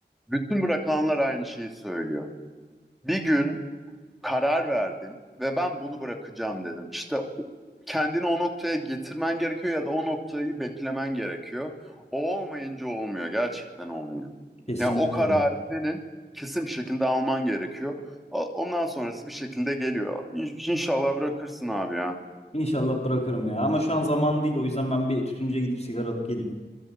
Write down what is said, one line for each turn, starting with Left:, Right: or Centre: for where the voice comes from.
Centre: bütün bırakanlar aynı şeyi söylüyor. Bir gün karar verdin ve ben bunu bırakacağım dedim. İşte kendini o noktaya getirmen gerekiyor ya da o noktayı beklemen gerekiyor. O olmayınca olmuyor. Gerçekten olmuyor.
Left: Kesinlikle.
Centre: Yani o kararı senin kesin bir şekilde alman gerekiyor. O- Ondan sonrası bir şekilde geliyor. İn- İnşallah bırakırsın abi ya.
Left: İnşallah bırakırım ya. Ama şu an zaman değil. O yüzden ben bir tütüncüye gidip sigara alıp geleyim.